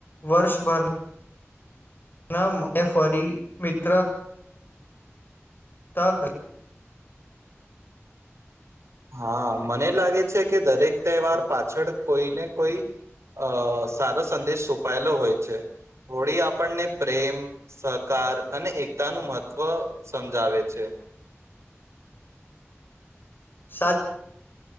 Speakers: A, on the left; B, on the right.
A: વર્ષભર ન ફરી મિત્ર તાક
B: હા મને લાગે છે કે દરેક તહેવાર પાછળ કોઈ ને કોઈ અ સારો સંદેશ છુપાયેલો હોય છે, હોળી આપણને પ્રેમ, સહકાર અને એકતાનું મહત્ત્વ સમજાવે છે.
A: સાચ